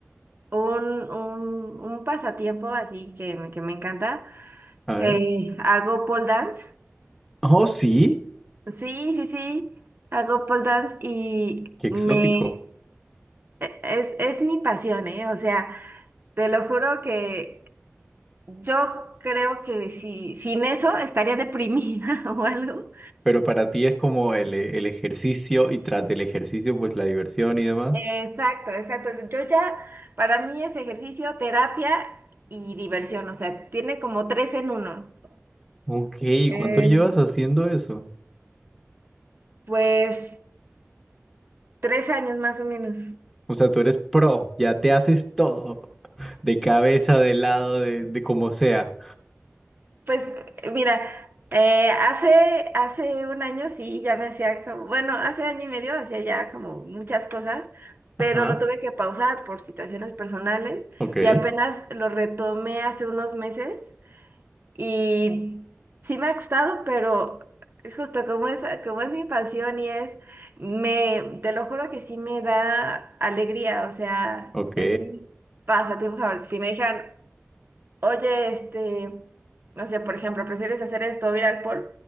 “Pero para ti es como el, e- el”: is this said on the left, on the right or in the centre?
Centre